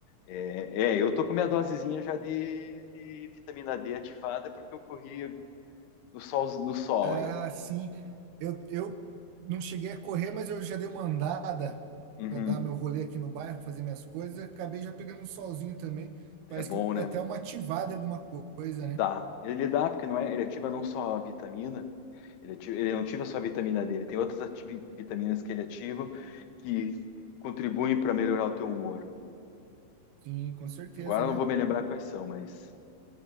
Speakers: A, on the left; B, on the right.
A: É, é, eu tô com minha dosezinha já de, de vitamina D ativada porque eu corri no sol, no sol
B: ah,
A: aí.
B: sim. Eu, eu não cheguei a correr, mas eu já dei uma andada
A: Uhum.
B: pra dar meu rolê aqui no bairro, fazer minhas coisas. Acabei já pegando um solzinho também. Parece
A: É bom,
B: que
A: né?
B: dá até uma ativada em alguma coisa, né?
A: Dá. Ele dá porque não é, ele ativa não só a vitamina, ele, ativa- ele não ativa só a vitamina dele, tem outras ati- vitaminas que ele ativa que contribuem para melhorar o teu humor.
B: Sim, com certeza,
A: Agora eu
B: né?
A: não vou me lembrar quais são, mas